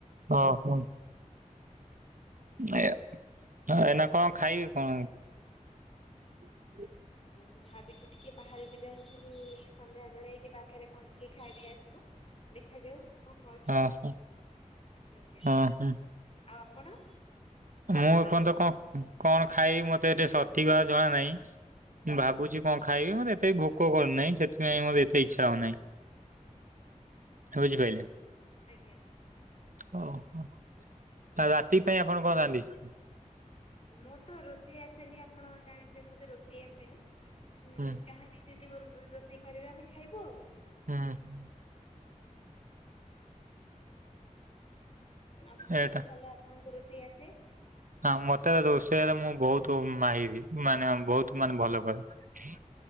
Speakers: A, on the right; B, on the left.
A: ଅ ହଁ‌। ଏ ହଁ ଏନା କଁ ଖାଇବେ କଁ? ମାଣ୍ଡି ହବୁ
B: ଏଇନେ ଭାବିଚୁ ଟିକେ ବାହାରୁକୁ ଯାଇଁକି ସନ୍ଧ୍ୟା ବେଳେ ଏଇଠି ପାଖେରେ କଣ ଟିକେ ଖାଇ ଦେଇ ଆସିବୁ। ଦେଖାଯାଉ କଁ ହଉଛି?
A: ଓହୋ
B: ନିଜେ।
A: ଓହୋ
B: ଆଉ ଆପଣ? କଣ
A: ମୁଁ
B: ଖାଇବେ
A: ଏପଅନ୍ତ କଁ କଣ ଖାଇବି ମତେ ଏତେ ସଠିକ୍ ଭାବେ ଜଣା ନାହିଁ। ମୁଁ ଭାବୁଚି କଁ ଖାଇବି ମତେ ଏତେ ବି ଭୋକ କରୁନାହିଁ ସେଥିପାଇଁ ମତେ ଏତେ ଇଚ୍ଛା ହଉନାହିଁ। ହେଉଚି କହିଲେ।
B: ଆଜ୍ଞା।
A: ଓହୋ ଆଉ ରାତି
B: ତ
A: ପାଇଁ ଆପଣ କଣ ରାନ୍ଧିଛନ୍ତି?
B: ମୁଁ ତ ରୋଷେଇ ଆସେନି ଆପଣ ଜାଣିଥିବେ ମତେ ରୋଷେଇ ଆସେନି ଉଁ
A: ହୁଁ
B: ଯାହା ବି ତି ବୋର୍ ରୋଷେଇ କରିବା ଆମେ ଖାଇବୁ ଆଉ।
A: ହୁଁ ହୁଁ।
B: ନା ଆପଣଙ୍କୁ
A: ଏଇଟା
B: ତ ଭଲ ଆପଣଙ୍କୁ ରୋଷେଇ ଆସେ।
A: ହଁ ମତେ ରୋଷେଇଆରେ ମୁଁ ବୋହୁତ ମାହିରି।
B: ହଁ
A: ମାନେ ବୋହୁତ ମାନେ ଭଲ କରେ